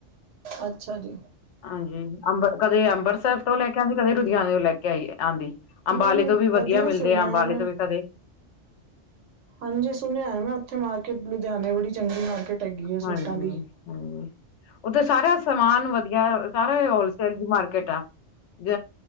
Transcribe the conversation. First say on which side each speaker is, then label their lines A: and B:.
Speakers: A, on the right (about 85°); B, on the left (about 75°).
A: ਅੱਛਾ ਜੀ
B: ਹਾਂਜੀ ਅੰਬ ਕਦੇ ਅੰਬਰਸਰ ਤੋਂ ਲੈ ਕੇ ਆਂਦੀ ਕਦੇ ਲੁਧਿਆਣੇ ਤੋਂ ਲੈ ਕੇ ਆਈਏ। ਆਂਦੀ
A: ਹੂੰ,
B: ਅੰਬਾਲੇ ਤੋਂ ਵੀ ਵਧੀਆ ਮਿਲਦੇ
A: ਸੁਣਿਆ
B: ਆ ਅੰਬਾਲੇ
A: ਮੈਂ।
B: ਤੋਂ ਵੀ ਕਦੇ-
A: ਹਾਂਜੀ ਸੁਣਿਆ ਮੈਂ ਓਥੇ ਮਾਰਕੀਟ ਲੁਧਿਆਣੇ ਬੜੀ ਚੰਗੀ ਮਾਰਕੀਟ। ਹੈਗੀ ਹੈ
B: ਹਾਂਜੀ
A: ਸੂਟਾਂ ਦੀ।
B: ਹਾਂ ਉੱਥੇ ਸਾਰਾ ਸਮਾਨ ਵਧੀਆ ਸਾਰੇਾ ਹੋਲਸੇਲ ਦੀ ਮਾਰਕੀਟ ਆ ਜ